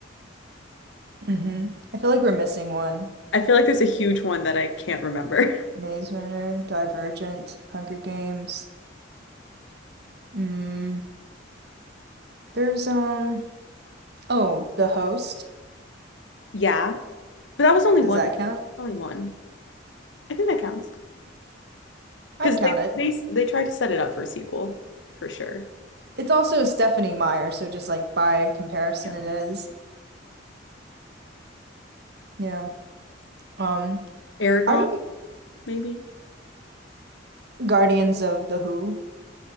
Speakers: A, on the right; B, on the left.
A: hmm I feel like we're missing one.
B: I feel like there's a huge one that I can't remember. <laughs>
A: Maze Runner, Divergent, Hunger Games. Mm, there's um oh, The Host.
B: Yeah, but that was only
A: Does
B: one,
A: that count?
B: only one. I think that counts.
A: I'd
B: Because
A: count
B: they
A: it.
B: they they try to set it up for a sequel for sure.
A: It's also Stephanie Meyer, so just like by comparison,
B: Yeah.
A: it is. Yeah. Um,
B: Aragon,
A: are you
B: maybe.
A: Guardians of the Who?